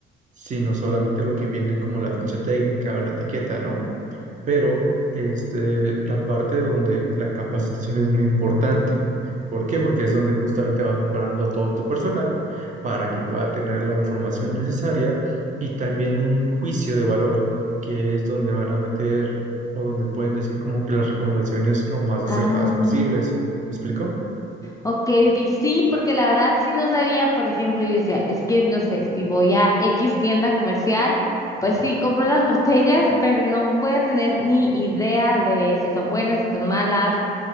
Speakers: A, on the right; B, on the left.
A: sino solamente lo que viene como la ficha técnica o la etiqueta, ¿no? pero este, la parte donde la capacitación es muy importante. ¿Por qué? Porque es donde justamente van preparando a todo tu personal para que pueda tener la información necesaria y también un juicio de valor, que es donde van a meter o donde pueden decir como que las recomendaciones lo más
B: Ah,
A: acertadas posibles. ¿Me explico?
B: ok, ok, sí, porque la verdad sí no sabía, por ejemplo, yo decía, es que no sé, si voy a X tienda comercial, pues sí, compro las <laughs> botellas, pero no voy a tener ni idea de si son buenas, si son malas,